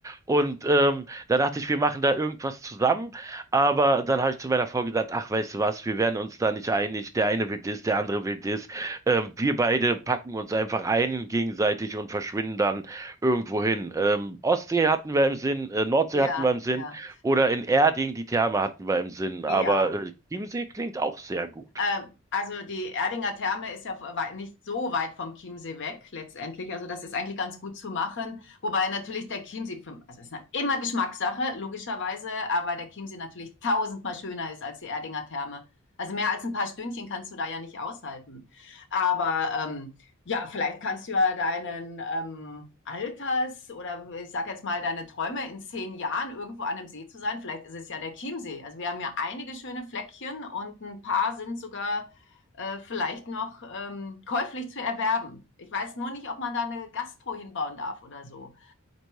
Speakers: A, on the right; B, on the left.
A: Und ähm, da dachte ich, wir machen da irgendwas zusammen. Aber dann habe ich zu meiner Frau gesagt, ach, weißt du was, wir werden uns da nicht einig. Der eine will das, der andere will das. Ähm, wir beide packen uns einfach ein gegenseitig und verschwinden dann irgendwo hin. Ähm, Ostsee hatten wir im Sinn, äh, Nordsee
B: ja,
A: hatten wir im Sinn
B: ja,
A: oder in Erding die Therme hatten wir im Sinn.
B: ja.
A: Aber äh, Chiemsee klingt auch sehr gut.
B: Ähm, also die Erdinger Therme ist ja nicht so weit vom Chiemsee weg letztendlich. Also das ist eigentlich ganz gut zu machen. Wobei natürlich der Chiemsee, also es ist immer Geschmackssache, logischerweise, aber der Chiemsee natürlich tausendmal schöner ist als die Erdinger Therme. Also mehr als ein paar Stündchen kannst du da ja nicht aushalten. Aber ähm, ja, vielleicht kannst du ja deinen ähm, Alters oder ich sage jetzt mal deine Träume in zehn Jahren irgendwo an einem See zu sein. Vielleicht ist es ja der Chiemsee. Also wir haben ja einige schöne Fleckchen und ein paar sind sogar äh, vielleicht noch ähm, käuflich zu erwerben. Ich weiß nur nicht, ob man da eine Gastro hinbauen darf oder so.